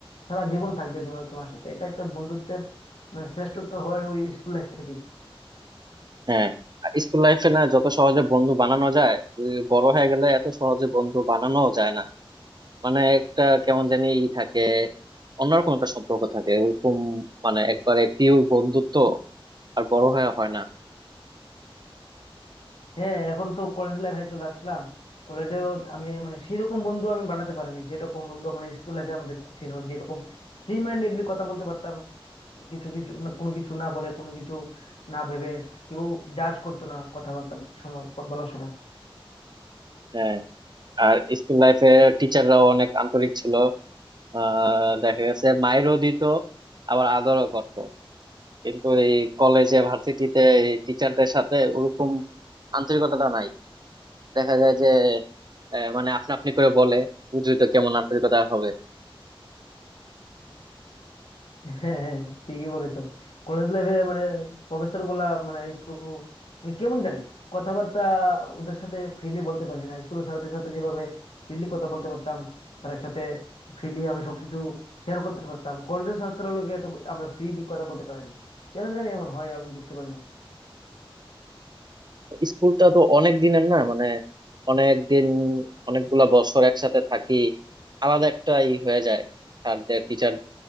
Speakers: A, on the left; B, on the right.
A: সারা জীবন থাকবে তোমার তোমার সাথে এটা একটা বন্ধুত্বের মানে শ্রেষ্ঠত্ব হয় ওই স্কুল লাইফ থেকে
B: হ্যাঁ স্কুল লাইফে না যত সহজে বন্ধু বানানো যায় ওই বড় হয়ে গেলে এত সহজে বন্ধু বানানো যায় না মানে একটা কেমন জানি ই থাকে অন্যরকম একটা সম্পর্ক থাকে ওরকম মানে একবারে পিওর বন্ধুত্ব আর বড় হয়ে হয় না
A: হ্যাঁ এখন তো কলেজ লাইফে চলে আসলাম কলেজে আমি মানে সেরকম বন্ধু আমি বানাতে পারিনি যেরকম বন্ধু মানে স্কুল লাইফে আমাদের ছিল যেরকম ফ্রি মাইন্ডেডলি কথা বলতে পারতাম কিছু কিছু না- কোনো কিছু না বলে কোনো কিছু না ভেবে কেউ জাজ করতো না কথাবার্তা সময় বলার সময়
B: হ্যাঁ আর স্কুল লাইফে টিচাররাও অনেক আন্তরিক ছিল আহ দেখা গেছে মাইরও দিত আবার আদরও করত কিন্তু এই কলেজে ভার্সিটিতে এই টিচারদের সাথে ওরকম আন্তরিকতাটা নাই দেখা যায় যে আহ, মানে আপনা আপনি করে বলে বুঝলি তো কেমন আন্তরিকতা আর হবে
A: <laughs> হ্যাঁ, ঠিকই বলেছো কলেজ লাইফে মানে প্রফেসর গুলা মানে একটু মানে কেমন জানি কথাবার্তা ওদের সাথে ফ্রিলি বলতে পারি না স্কুলের স্যারদের সাথে যেভাবে ফ্রিলি কথা বলতে পারতাম স্যারের সাথে ফ্রিলি আমি সবকিছু শেয়ার করতে পারতাম কলেজের ছাত্ররা লোকে তো আমরা ফ্রিলি কথা বলতে পারি না কেন জানি এমন হয় আমি বুঝতে পারি না
B: স্কুলটা তো অনেক দিনের না মানে অনেক দিন অনেকগুলা বছর একসাথে থাকি আলাদা একটা ই হয়ে যায় স্যারদের টিচার